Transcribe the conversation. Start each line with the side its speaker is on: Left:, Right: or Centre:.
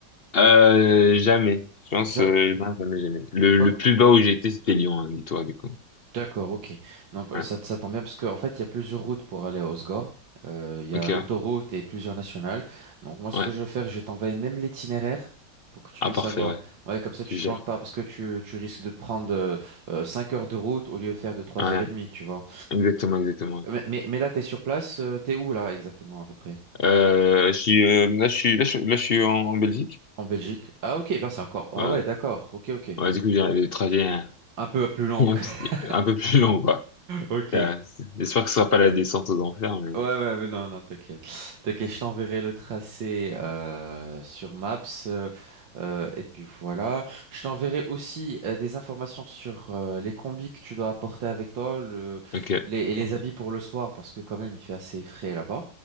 Left: Euh, jamais. Je pense,
Right: Je-
Left: euh, non, jamais, jamais. Le,
Right: ok.
Left: le plus bas où j'ai été, c'était Lyon, hein, dis-toi, du coup.
Right: D'accord, ok. Donc euh,
Left: Ouais.
Right: ça, ça tombe bien parce qu'en fait, il y a plusieurs routes pour aller à Osgore. Euh, Il y
Left: Ok,
Right: a l'autoroute
Left: ouais.
Right: et plusieurs nationales. Donc moi, ce
Left: Ouais.
Right: que je vais faire, je vais t'envoyer même l'itinéraire pour que tu
Left: Ah,
Right: puisses
Left: parfait,
Right: avoir...
Left: ouais.
Right: Ouais, comme ça,
Left: Tu
Right: tu te
Left: gères.
Right: plantes pas parce que tu, tu risques de te prendre euh, euh, cinq heures de route au lieu de faire de trois
Left: Ouais.
Right: heures et demie, tu vois.
Left: Exactement, exactement.
Right: Mais, mais, mais là, t'es sur place, euh, t'es où là exactement à peu près?
Left: Euh, je suis, euh, là, je suis, là, je, là, je suis en, en Belgique.
Right: En Belgique. Ah ok, ben c'est encore... Ah
Left: Ouais. Ouais,
Right: ouais, d'accord, ok, ok.
Left: Ouais, du coup, j'ai le trajet hein,
Right: Un peu plus
Left: <laughs>
Right: long.
Left: un,
Right: <laughs>
Left: petit- un peu plus long, quoi.
Right: Ok.
Left: Euh, c'est- J'espère que ce sera pas la descente aux enfers, mais,
Right: Ouais, ouais, mais non, non, t'inquiète. T'inquiète, je t'enverrai le tracé euh, sur Maps. euh, euh, et puis voilà. Je t'enverrai aussi euh, des informations sur euh, les combis que tu dois apporter avec toi, le,
Left: ok.
Right: les, et les
Left: Parfait.
Right: habits pour le soir, parce que quand même, il fait assez frais là-bas.